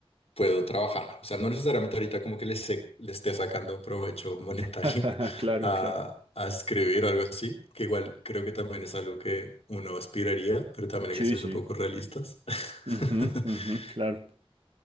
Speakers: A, on the left; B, on the right.
A: puedo trabajar. O sea, no necesariamente ahorita como que le, se- le esté sacando provecho monetario
B: <laughs>
A: <laughs>
B: Claro,
A: a,
B: claro.
A: a escribir o algo así, que igual creo que también es algo que uno aspiraría, pero también
B: Sí,
A: hay que ser
B: sí.
A: un poco realistas. <laughs>
B: Ujú, ujú, Claro,